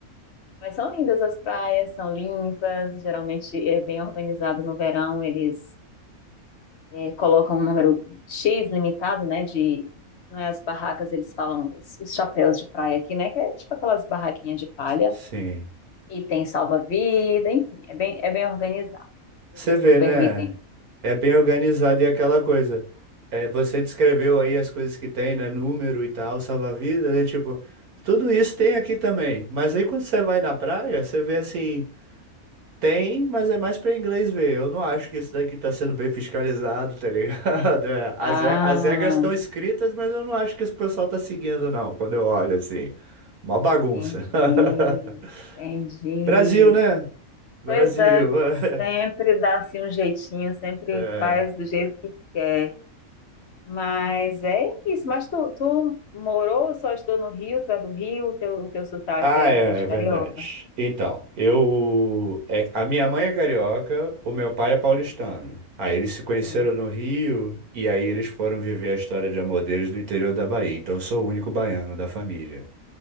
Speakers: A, on the left; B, on the right.
A: Mas são lindas as praias, são limpas, geralmente é bem organizado no verão, eles é, colocam um número X limitado, né, de, não é, as barracas, eles falam os, os chapéus de praia aqui, né, que é tipo aquelas barraquinhas de palha,
B: Sim.
A: e tem salva-vida, enfim, é bem, é bem organizado,
B: Você
A: eles
B: vê,
A: não permitem.
B: né? É bem organizado e é aquela coisa. É, você descreveu aí as coisas que tem, né? Número e tal, salva-vidas, é tipo, tudo isso tem aqui também. Mas aí quando você vai na praia, você vê assim. Tem, mas é mais pra inglês ver. Eu não acho que isso daqui tá sendo bem fiscalizado, tá ligado? <laughs> É, as,
A: Ah,
B: re- as regras estão escritas, mas eu não acho que esse pessoal tá seguindo, não, quando eu olho assim. Uma bagunça.
A: entendi,
B: <laughs>
A: entendi.
B: Brasil, né? Brasil.
A: Pois é, sempre
B: <laughs>
A: dá assim um jeitinho, sempre
B: É.
A: faz do jeito que quer. Mas é isso. Mas tu, tu morou, só estudou no Rio, tu é do Rio, o teu, o teu sotaque
B: Ah,
A: é,
B: é,
A: é de
B: é verdade.
A: carioca.
B: Então, eu. é- a minha mãe é carioca, o meu pai é paulistano. Aí eles se conheceram
A: Hum.
B: no Rio e aí eles foram viver a história de amor deles no interior da Bahia. Então eu sou o único baiano da família.